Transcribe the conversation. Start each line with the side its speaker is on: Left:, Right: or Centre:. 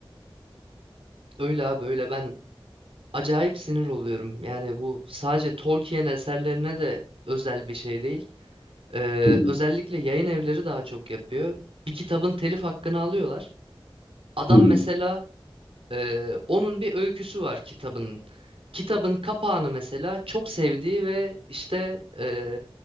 Right: Öyle abi öyle ben acayip sinir oluyorum. Yani bu sadece Tolkien eserlerine de özel bir şey değil. Ee,
Left: Hı hı,
Right: özellikle yayın evleri daha çok yapıyor. Bir kitabın telif hakkını alıyorlar. Adam
Left: hı hı,
Right: mesela e, onun bir öyküsü var kitabın. Kitabın kapağını mesela çok sevdiği ve işte e,